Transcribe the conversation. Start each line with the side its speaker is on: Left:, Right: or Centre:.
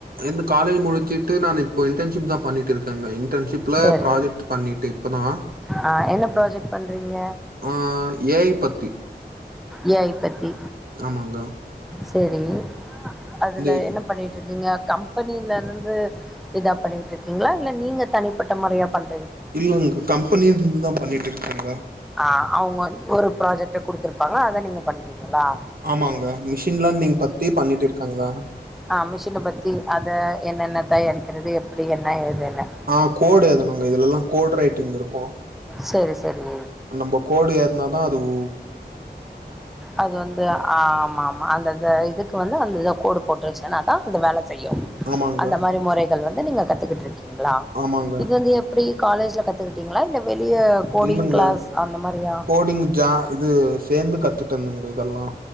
Right: எந்த காலேஜ் முடிச்சுட்டு நானு இப்போ இன்டன்ஷிப்தா பண்ணிட்டு இருக்கேங்க இன்டன்ஷிப் ப்ள
Centre: சரி
Right: ப்ராஜெட் பண்ணிட்டு இப்பதா
Centre: ஆ என்ன ப்ராஜெக்ட் பண்றீங்க
Right: ஆ ஏ ஐ பத்தி
Centre: ஏ ஐ பத்தி
Right: ஆமாங்க
Centre: செரி அதுல
Right: இந்த
Centre: என்ன பண்ணிட்ருக்கீங்க கம் பனில இருந்து இதா பண்ணிட்ருக்கீங்ளா இல்ல நீங்க தனிப்பட்ட மொறையா பண்
Right: இல்லங் கம்பெனி இருந்துதா பண்ணிட்டு இருக்கேங்க
Centre: ஆ அவுங்க வந்து ஒரு ப்ராஜெக்ட குடுத்துருப்பாங்க அத நீங்க பண்றீங்களா
Right: ஆமாங்க மிஷின்ல நீங்க பத்தியே பண்ணிட்டு இருக்காங்கங்க
Centre: ஆ மிஷின பத்தி அத என்னென்ன தயாரிக்கிறது எப்புடி என்ன ஏதுன்னு
Right: ஆங் கோடு எழுதுனுங்க இதுல எல்லா கோடு ரைட்டிங்ல இருக்கு
Centre: செரி செரி
Right: நம்ப கோடு எதுனாதா அது உ
Centre: அது வந்து ஆ ஆமாம் மா அந்தந்த இதுக்கு வந்து அந்த கோடு போட்ருன்ச்சுனாதா அந்த வேல செய்யு
Right: ஆமாங்க
Centre: அந்த மாரி மொறை கள் வந்து நீங்க கத்துக்கிட்டு இருக்கீங்களா
Right: ஆமாங்க
Centre: இது வந்து எப்டி காலேஜ்ல கத்துக்கிட்டீங்களா இல்ல வெளிய கோடிங்
Right: இல்லங்க
Centre: கிளாஸ் அந்த மாரியா
Right: கோடிங் ஜா இது சேந்து கத்துந்தேன்ங்க இதெல்லா